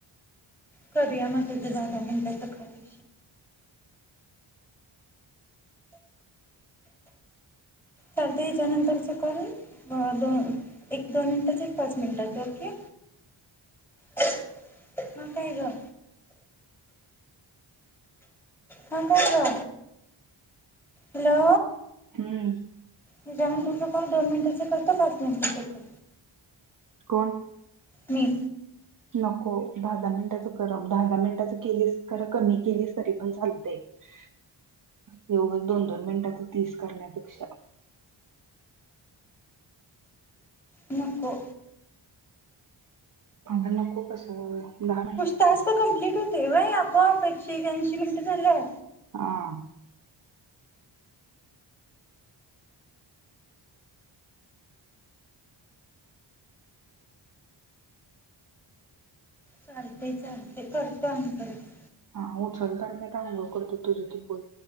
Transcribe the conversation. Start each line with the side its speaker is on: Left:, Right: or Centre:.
Centre: करूया मग तुझ्या दादा बि त्या का वि चालतेच्या नंतरच कॉल दोन एक दोन मिनिटाचं एक पाच मिनिटाचं ओके
Right: ह
Centre: हा काय ग हां कोठ का हॅलो
Right: हम्म
Centre: हे जाणून तुमचा कॉल दोन मिनिटाचे कर तर पाच मिनिटाचे कर
Right: कोण
Centre: मी
Right: नको दहा दहा मिनिटाचं करा दहा दहा मिनिटाचं केलीस करा कमी केलीस तरी पण चालते एवघच दोन दोन मिनिटांच तीस करण्यापेक्षा
Centre: नको
Right: अ नको कसं दहाम
Centre: तास् कंप्लीट होते बाई आपोआप एकशे याऐंशी मिनटं झाल्या.
Right: <unintelligible>
Centre: चालते चालते करतो आ करत.
Right: हा ह लता मता गकडत तो जती पोल